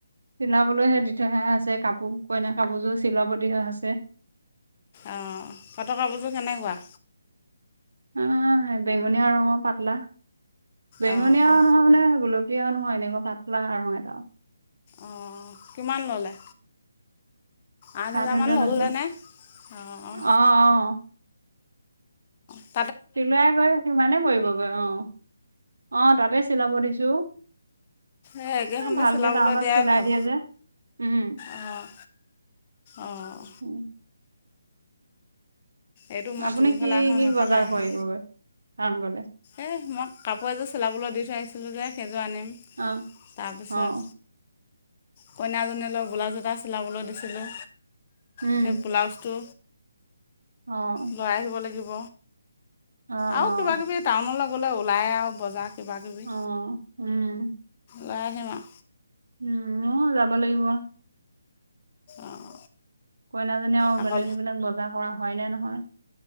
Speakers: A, on the right; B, on the left.
A: চিলাবলৈহে দি থই হৈছে কাপোৰ কইনা কাপোৰযোৰ চিলাব দিয়া হৈছে।
B: অঁ পাতকাপোৰযোৰ কেনেকুৱা?
A: আহ সেই বেঙুনীয়া ৰঙৰ পাতলা বেঙুনীয়া
B: অঁ
A: নহয় মানে বোলো। য়া নহয় এনেকুৱা পাতলা আৰু এটাও
B: অঁ কিমান ল'লে! আঠ
A: সাত
B: হোজাৰমান
A: হেজাৰ
B: ল'লেনে
A: লৈছে
B: অঁ।
A: অ' অ'
B: অ
A: চিলাই গৈ সিমানেই পৰিবগৈ অ অ তাতে চিলাব দিছো।
B: এই এককেইখনতে
A: এ ভালকে
B: চিলাবলৈ
A: টাউনত
B: দিয়াই
A: চিলাই
B: ভাল
A: দিয়ে যে উম
B: অঁ। অঁ
A: উম
B: এইটো মই
A: আপুনি
B: যোনফালে
A: কি
B: আহো
A: কি
B: সেইফালে
A: বজাৰ
B: আহে
A: কৰিবগৈ টাউন গলে
B: এ মই কাপোৰ এযোৰ চিলাবলৈ দি থৈছিলোঁ যে সেইযোৰ আনিম
A: অ'
B: তাৰপিছত
A: অ'
B: কইনাজনী লগ ব্লাউজ এটা চিলাবলৈ দিছিলোঁ
A: উম
B: সেই ব্লাউজটো
A: অ'
B: লৈ আহিব লাগিব।
A: অ'
B: আৰু কিবা কিবি টাউনলৈ গ'লে ওলাই আৰু বজাৰ। কিবা কিবি
A: অ, উম।
B: লৈ আহিম আও।
A: উম ময়ো যাব লাগিব।
B: অঁ
A: কইনাজনী আৰু
B: আকৌ
A: বেলেগ সেইবিলাক বজাৰ কৰা হোৱাই নাই নহয়,